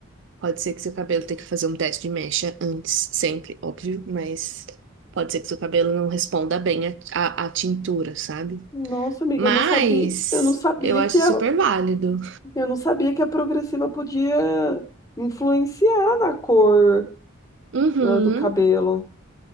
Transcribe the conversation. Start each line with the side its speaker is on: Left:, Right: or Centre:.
Right: Pode ser que seu cabelo tenha que fazer um teste de mecha antes, sempre, óbvio, mas pode ser que seu cabelo não responda bem à à- à tintura, sabe?
Left: nossa, amiga,
Right: Mas
Left: eu não sabia, eu não sabia
Right: eu acho
Left: que a,
Right: super válido.
Left: eu não sabia que a progressiva podia influenciar na cor
Right: Uhum.
Left: ah, do cabelo.